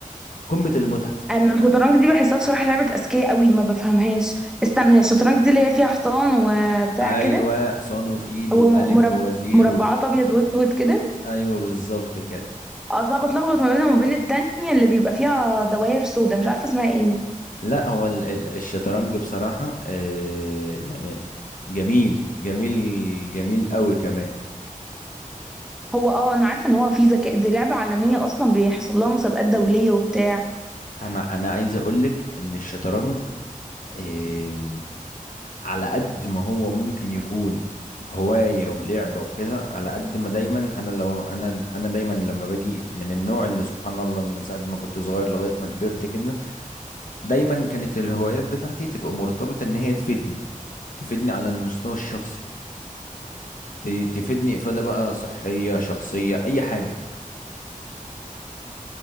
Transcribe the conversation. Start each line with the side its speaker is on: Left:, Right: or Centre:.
Left: قمة المتعة
Centre: انا الشطرنج دي بحسها بصراحه لعبه اذكياء قوي ما بفهمهاش استنى هي الشطرنج دي اللي هي فيها حصان وبتاع
Left: ايوه
Centre: كده
Left: حصان وفيل
Centre: هو
Left: وملك
Centre: م- مرب...
Left: ووزير
Centre: مربعات
Left: و...
Centre: ابيض واسود كده
Left: ايوه بالظبط كده
Centre: اه صعب اتلخبط ما بينها وما بين التانية اللي بيبقى فيها دوائر سودا مش عارفه اسمها ايه
Left: لا هو ال- ال- الشطرنج بصراحة آه، يعني جميل جميل جميل قوي كمان
Centre: هو اه انا عارفه ان هو في ذكاء دي لعبه عالميه اصلا بيحصل لها مسابقات دوليه وبتاع
Left: انا انا عايز اقولك ان الشطرنج آه، على قد ما هو ممكن يكون هواية ولعبة وكده على قد ما دايما انا لو انا انا دايما لما باجي من النوع اللي سبحان الله من ساعة ما كنت صغير لغاية ما كبرت كده دايما كانت الهوايات بتاعتي تبقى مرتبطة ان هي تفيدني تفيدني على المستوى الشخصي ت- تفيدني افادة بقى صحية شخصية اي حاجة